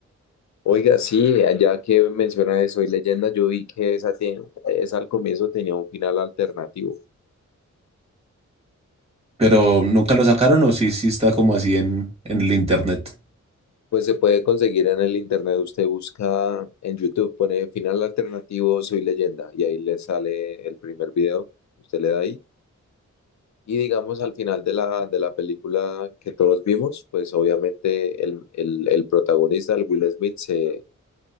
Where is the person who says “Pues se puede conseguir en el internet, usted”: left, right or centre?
Left